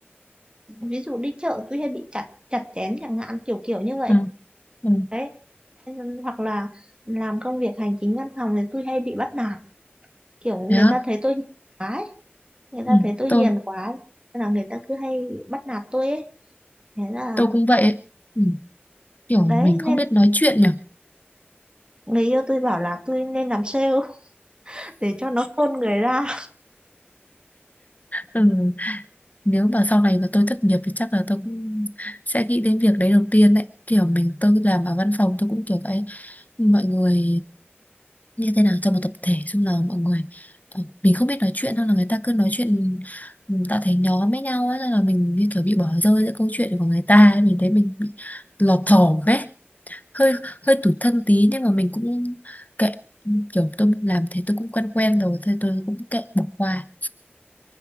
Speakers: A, on the right (about 25°); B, on the left (about 40°).
A: ví dụ đi chợ tôi hay bị chặt chặt chém chẳng hạn kiểu kiểu như vậy
B: ừ ừ
A: đấy hoặc là làm công việc hành chính văn phòng thì tôi hay bị bắt nạt kiểu người
B: thế á
A: ta thấy tôi hiền quá ấy. người ta
B: ừ
A: thấy tôi
B: tôi
A: hiền quá nên là người ta cứ hay bắt nạt tôi ấy thế là
B: tôi cũng vậy ấy. ừ. kiểu
A: đấy
B: mình không
A: nên
B: biết nói chuyện nhỉ
A: người yêu tôi bảo là tôi nên làm sale <laughs> để cho nó khôn người ra
B: ừ nếu mà sau này mà tôi thất nghiệp thì chắc là tôi cũng sẽ nghĩ đến việc đấy đầu tiên đấy kiểu mình tôi làm ở văn phòng tôi cũng kiểu vậy mọi người như thế nào trong một tập thể chung là mọi người ờ, mình không biết nói chuyện hay là người ta cứ nói chuyện ừ, tạo thành nhóm với nhau ấy nên là mình như kiểu bị bỏ rơi giữa câu chuyện của người ta ấy. mình thấy mình bị lọt thỏm ấy hơi hơi tủi thân tí nhưng mà mình cũng kệ kiểu tôi làm thế tôi cũng quen quen rồi thế tôi cũng kệ bỏ qua